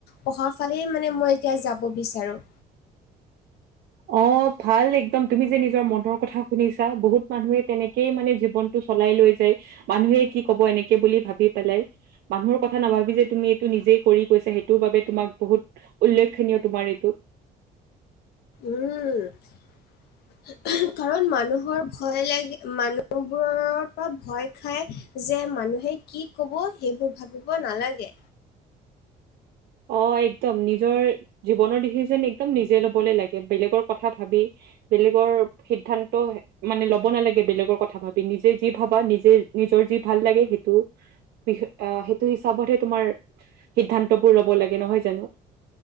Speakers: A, on the left; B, on the right.
A: পঢ়া ফালে মানে মই এতিয়া যাব বিচাৰো।
B: অ' ভাল একদম তুমি যে নিজৰ মনৰ কথা শুনিছা, বহুত মানুহে তেনেকেই মানে জীৱনটো চলাই লৈ যায়, মানুহে কি ক'ব এনেকে বুলি ভাবি পেলাই। মানুহৰ কথা নাভাবি যে তুমি এইটো নিজেই কৰি গৈছা সেইটোৰ বাবে তোমাক বহুত উল্লেখনীয় তোমাৰ এইটো।
A: উম'। কাৰণ মানুহৰ ভয় লাগে মানুহবোৰৰ পৰা ভয় খাই যে মানুহে কি ক'ব, সেইবোৰ ভাবিব নালাগে।
B: অ একদম নিজৰ জীৱনৰ ডিচিচন একদম নিজে ল'বলে লাগে। বেলেগৰ কথা ভাবি, বেলেগৰ সিদ্ধান্ত মানে ল'ব নালাগে বেলেগৰ কথা ভাবি নিজে যি ভাবা নিজে নিজৰ যি ভাল লাগে সেইটো আহ সেইটো হিচাপতহে তোমাৰ সিদ্ধান্তবোৰ লব লাগে নহয় জানো?